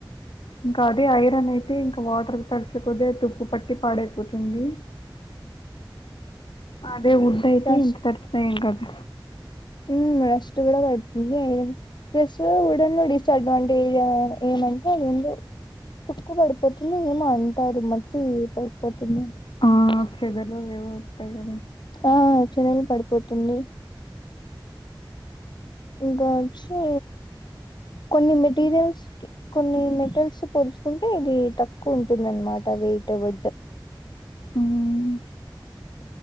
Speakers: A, on the left; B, on the left.
A: ఇంకా అదే ఐరన్ అయితే ఇంకా వాటర్ తడిచిపోతే తుప్పు పట్టి పాడైపోతుంది అదే ఉడ్ అయితే
B: రష్
A: ఎంత తడిచిన ఎం కాదు
B: మ్ డస్ట్ కూడా పడుతుంది ఐరన్ ప్లస్ ఉడన్ డిస్ అడ్వాం టిగా ఏమంటే అందెందో తక్కువ పడిపోతుంది ఏమంటారు మ టి పై పోతుంది
A: ఆ చేదలు ఏవో వస్తయి కద
B: ఆ చెదలు పడిపోతుంది ఇంకా వచ్చి కొన్ని మెటీరియల్స్ క్ కొన్ని మెటరల్స్ పోల్చుకుం టే ఇది తక్కువ ఉంటుందన్నమాట వెట్ ఉడ్
A: హ్మ్.